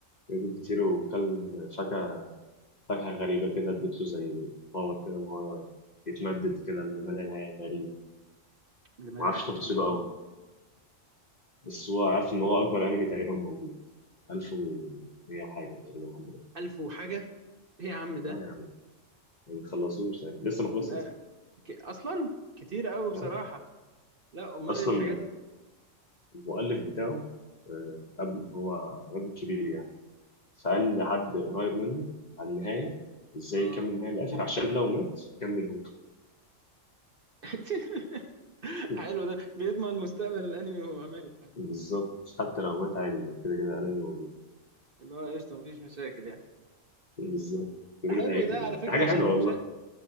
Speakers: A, on the left; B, on the right.
A: جاب كتير وكل فاكهة فاكهة غريبة كده اديته زي باور كده ان هو يتمدد كده لما لا نهاية تقريبا
B: اللي ملل
A: ما اعرفش تفاصيله
B: يعني
A: قوي بس هو عارف ان هو اكبر انمي تقريبا موجود 1100 حاجة تقريبا 100
B: 1000 وحاجة ايه يا عم ده
A: اه يا عم ما خلصوش يعني لسه ما خلصش
B: لا
A: اصلا
B: ك... اصلا كتير قوي بصراحة
A: يعني
B: لا امال
A: اصلا
B: ايه الحاجات ال-
A: المؤلف بتاعه آه، قبل هو راجل كبير يعني فقال لحد قريب منه على النهايه ازاي
B: اه
A: يكمل النهايه للاخر عشان لو مات كمل هو
B: <laughs>
A: <laughs>
B: حلو ده بيضمن مستقبل الانمي وهو ميت حتى
A: بالظبط حتى لو مات عادي كده كده انا موجود
B: اللي هو قشطة مفيش مشاكل يعني
A: بالظبط كده
B: حلو
A: كده هيكمل
B: ده على
A: يعني
B: فكرة
A: دي حاجه
B: عشان
A: حلوه
B: المشاهد
A: والله